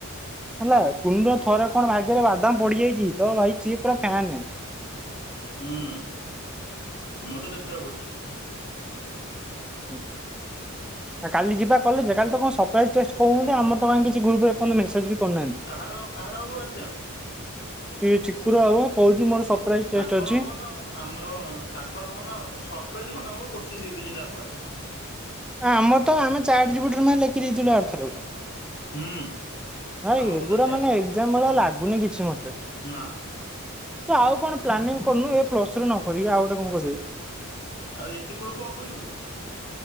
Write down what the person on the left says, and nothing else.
ହୁଁ ମୁଁ ତ କେତେ ଥର ପଢିଚି।
କାହାର କାହାର ହବ ଏକ୍ଜାମ।
ତାଙ୍କର
ହବ ନା ଆଉ ଆମର ତାଙ୍କର ହବ ନା ସରପ୍ରାଇଜ କଣ ତାଙ୍କୁ କୋସ୍ଚୀନ୍ ଦେଇ ଦେଇଛନ୍ତି ଆଗୁଆ।
ହୁଁ
ଆମକୁ
ତ ସେୟା
ନା।
ଆଉ ଏତିକୁଳୁ କଂ କରିବୁ।